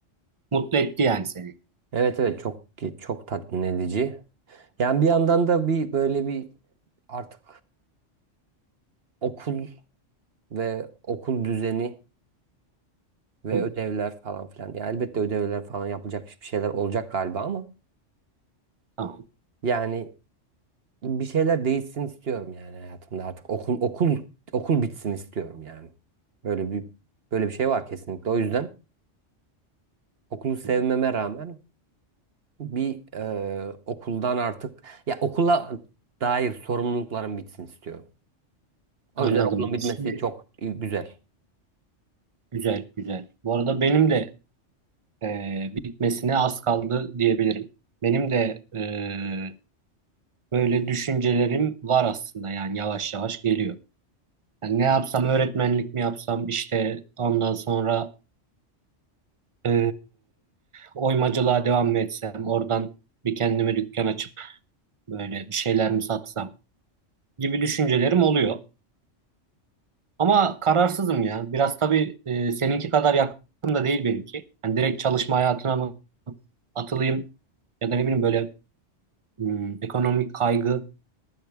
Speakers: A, on the right; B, on the right.
A: Mutlu etti yani seni.
B: Evet evet çok çok tatmin edici. Yani bir yandan da bir böyle bir artık okul ve okul düzeni ve
A: Hmm,
B: ödevler falan filan. Yani elbette ödevler falan yapılacak bir şeyler olacak galiba ama
A: tamam.
B: yani bir şeyler değişsin istiyorum yani hayatımda artık okul okul okul bitsin istiyorum yani. Böyle bir böyle bir şey var kesinlikle. O yüzden okulu sevmeme
A: Hmm,
B: rağmen bir e, okuldan artık ya okula dair sorumluluklarım bitsin istiyorum. O
A: anladım.
B: yüzden okulun bitmesi
A: Şimdi
B: çok güzel.
A: güzel güzel. Bu arada benim de e, bitmesine az kaldı diyebilirim. Benim de e, böyle düşüncelerim var aslında yani yavaş yavaş geliyor. Yani ne yapsam öğretmenlik mi yapsam işte ondan sonra e, oymacılığa devam mı etsem oradan bir kendime dükkan açıp Böyle bir şeyler mi satsam gibi düşüncelerim oluyor. Ama kararsızım ya. Biraz tabii e, seninki kadar yakın da değil benimki. Hani direkt çalışma hayatına mı atılayım ya da ne bileyim böyle hmm, ekonomik kaygı